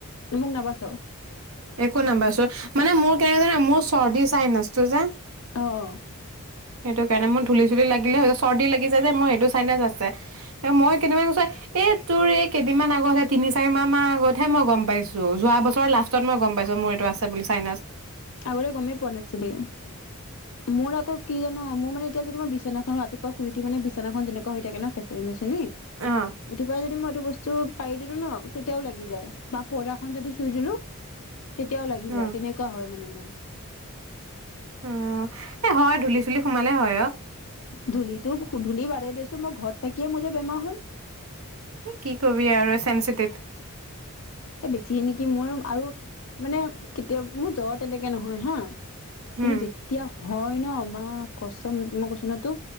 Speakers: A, on the left; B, on the right.
A: মোক নাবাচ
B: একো নাম্বাৰ চ মানে মোৰ কেনেকে ধৰ মোৰ চৰ্দি চাই নচটো যে
A: আহ
B: সেইটো কাৰণে মোৰ ধূলি চুলি লাগিলে চৰ্দি লাগি য যে মই সেইটো চ আছে এ মই কেনেবা গছাই এ তোৰ এই কেইদিনমান আগত হে তিনি চাৰি মাহ মান আগতহে মই গম পাইছো যোৱা বছৰ লাষ্ট ত মই গম পাইছো মোৰ এইটো আছে বুলি চাইনাছ
A: আগতে গমেই পোৱা নাছিলি মোৰ আকৌ কি জান মোৰানে এতিয়া যদিই বিনাখন ৰাপুৱ শই উঠি মে বিনাখন যেনেুৱা থাক ন খেচ মে
B: অ
A: উঠি পা যদি মই বস্তু পাৰি দিলো ন তেতিয়াও লাগি যায় বা পৰ্দাখনন যদি চুই দিলো তেতিয়াও লাগি
B: অ
A: যায় তেনেকুৱা হয় মানে উম
B: উ এ হয় ধূুলিি চুলি সোমালে হয় অ
A: ধূলিতটোু ধূলি বাদে দিছো মই ঘৰত থাকিয়ে মোৰ যে বেমাৰ হয়
B: কি কবি আৰু চেনিটিভ
A: এ বেছিে নেকি মোৰ আৰু মানে কেতিয়াাবা মোৰ জ্বৰ তেনেকে নহয় হা কিন্তু
B: উম
A: যেতিয়া হয় ন মা কচ তমই কৈছ ন তো